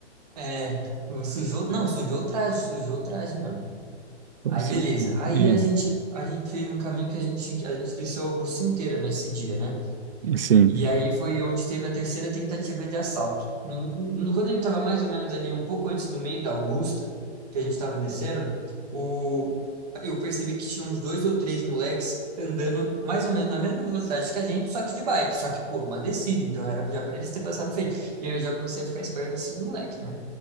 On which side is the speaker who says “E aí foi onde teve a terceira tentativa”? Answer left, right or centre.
Right